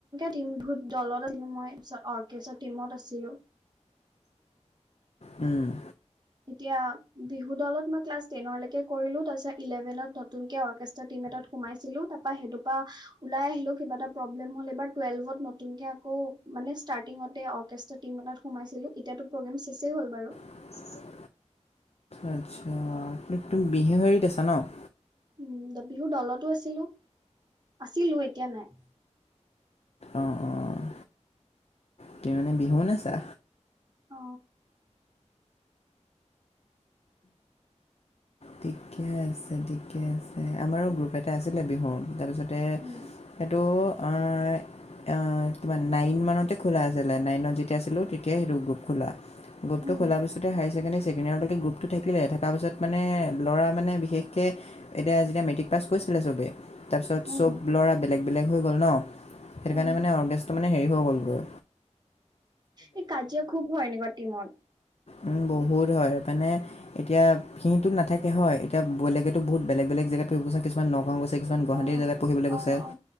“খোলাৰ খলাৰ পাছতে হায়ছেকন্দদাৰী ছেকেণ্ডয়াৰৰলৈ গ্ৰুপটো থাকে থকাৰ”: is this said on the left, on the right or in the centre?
Left